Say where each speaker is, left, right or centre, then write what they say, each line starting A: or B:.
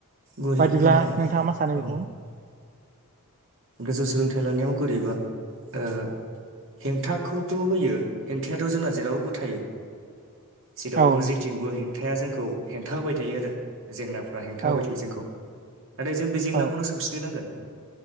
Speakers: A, on the right; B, on the right.
A: गरिबा
B: बादिब्ला नोंथाङा मा सानो
A: औ
B: बेखौ
A: गोजौ सोलोंथाइ लानायाव गोरिबा ओ हेंथाखौथ' होयो हेंथायाथ' जोंना जेरावबो थायो जेरावबो
B: औ नोंथां
A: जेथिंबो हेंथाया जोंखौ हेंथा होबाय थायो आरो जेंनाफ्रा हेंथा
B: औ
A: होबाय थायो जोंखौ नाथाय जों बे जेंनाखौनो
B: औ
A: सौसिनो नांगोन